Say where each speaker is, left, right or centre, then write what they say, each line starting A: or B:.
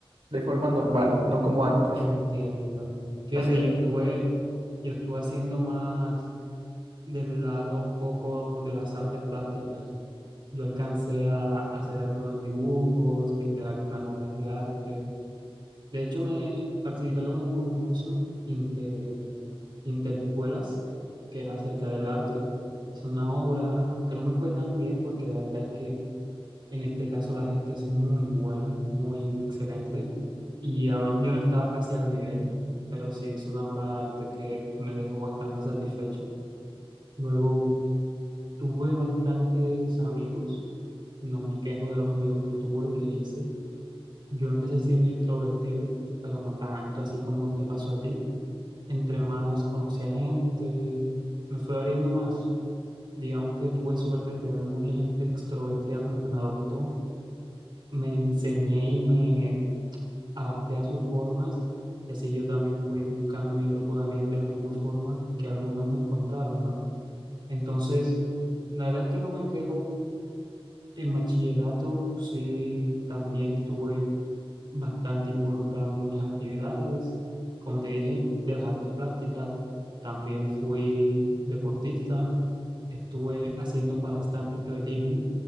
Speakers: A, on the right; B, on the right.
A: de forma normal, no como antes.
B: Entiendo. Fíjate,
A: Así que,
B: yo estuve, yo estuve haciendo más del lado un poco de las artes plásticas. Yo alcancé a hacer algunos dibujos, pintar algunas obras de arte. De hecho, me participé en un concurso inter, interescuelas que era acerca del arte. Hice una obra, aunque no me fue tan bien porque la verdad es que En este caso la gente es muy buena, muy excelente. Y aún yo no estaba casi al nivel, pero sí es una obra de arte que me dejó bastante satisfecho. Luego tuve bastantes amigos, no me quejo de los amigos que tuve, que hice. Yo empecé siendo introvertido, pero no tanto así como te pasó a ti. Entre más conocí a gente, me fui abriendo más. Digamos que tuve suerte de tener mucha gente extrovertida como que me adoptó. Me enseñé y me adapté a sus formas y así yo también fui buscando mi grupo de amigos de la misma forma que algunos me encontraron, ¿no? Entonces, la verdad es que no me quejo. En bachillerato sí también estuve bastante involucrado en muchas actividades. Como te dije, de las artes plásticas también fui deportista. Estuve haciendo bastante atletismo.